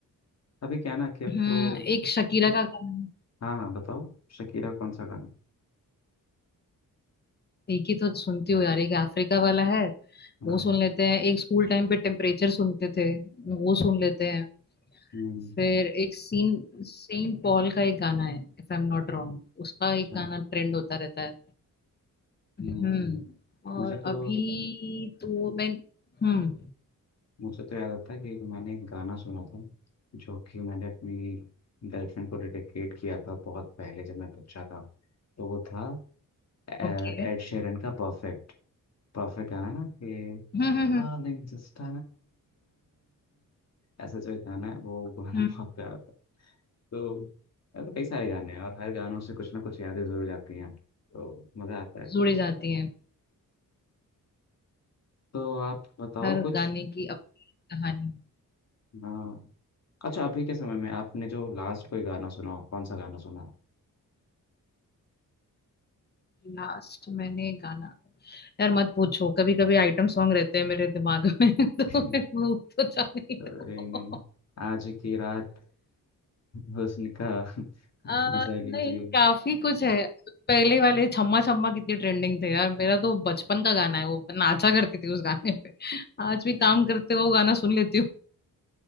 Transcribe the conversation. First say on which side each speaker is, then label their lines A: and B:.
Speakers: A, on the left; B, on the left.
A: अभी क्या ना कि अब
B: हम्म
A: तो
B: एक शकीरा का गाना
A: हाँ हाँ बताओ शकीरा कौन सा गाना
B: एक ही तो सुनती हूँ यार एक अफ्रीका वाला है
A: हाँ
B: वो सुन लेते हैं एक स्कूल टाइम पे टेम्परेचर सुनते थे वो सुन लेते हैं
A: हम्म
B: फिर एक सीन सेंट पॉल का एक गाना है if I am not wrong उसका
A: अच्छा
B: एक गाना ट्रेंड होता रहता है
A: हम्म
B: हम्म और
A: मुझे तो
B: अभी तो मैं हम्म
A: मुझे तो याद आता है कि मैंने एक गाना सुना था जो कि मैंने अपनी गर्लफ्रेंड को डेडिकेट किया था बहुत पहले जब मैं बच्चा था तो वो था अ,
B: ओके
A: एड शेरन का परफेक्ट परफेक्ट गाना ना कि
B: हम्म हम्म हम्म
A: हाँ दिन जस्ट ऐसा जो गाना है वो गाना
B: हम्म,
A: बहुत प्यारा था तो ऐसे कई सारे गाने हैं और हर गानों से कुछ ना कुछ यादें जरूर जाती हैं तो मज़ा आता है
B: जुड़ी जाती है
A: तो आप बताओ
B: हर
A: कुछ
B: गाने की अपनी कहानी
A: हाँ अच्छा अभी के समय में आपने जो लास्ट कोई गाना सुना हो कौन सा गाना सुना हो?
B: लास्ट मैंने गाना यार मत पूछो कभी कभी आइटम सॉन्ग रहते हैं मेरे दिमाग में <laughs> तो
A: <laughs>
B: मैं भूल तो जानी तो
A: तो ये नहीं आज की रात हुस्न का <laughs>
B: आ, <laughs>
A: मजा लीजिए
B: नहीं काफी कुछ है पहले वाले छम्मा छम्मा कितनी ट्रेंडिंग थे यार मेरा तो बचपन का गाना है वो मैं नाचा करती थी उस गाने पे आज भी काम करते हुए वो गाना सुन लेती हूँ